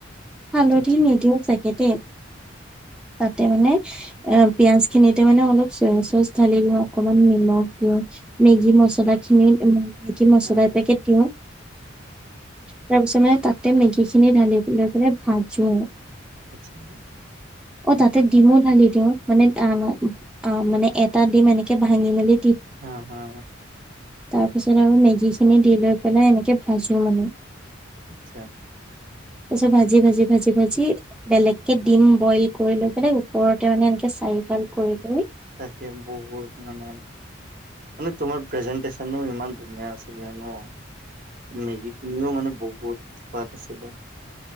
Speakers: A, in the centre; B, on the right.
A: হালধি
B: আচ্ছা,
A: নিদিওঁ চাগে দে তাতে মানে অ পিয়াজ খিনিতে মানে অলপ চয়া চচ ঢালিব। অকমান নিমখ দিয়ক মেগ যি মছলা খিনি মেগী মছলা
B: আ,
A: এপেকেট দিওঁ, তাৰপিছত মানে তাতে মেগীখিনি ঢালি লৈ পেলাই ভাজো।
B: আচ্ছা
A: অ তাতে ডিমো ঢালি দিওঁ মানে অ মানে এটা ডিম এনেকে ভাঙি মেলি
B: হা হা
A: তাৰপিছত আৰু মেগীখিনি দি লৈ পেলাই এনেকে ভাজো মানে।
B: আচ্ছা।
A: তাৰিছত ভাজি ভাজি ভাজি ভাজি বেলেগকে দিম বইল কৰি লৈ পেল ওপৰতে মানে চাৰিফাল কৰি কৰি
B: তাকে বহুত মানে মানে তোমাৰ প্ৰেজেণ্টেশ্যনো ইমান ধুনীয়া আছিলে ন। মেগীখিনিও মানে বহুত সোৱাদ আছিলে।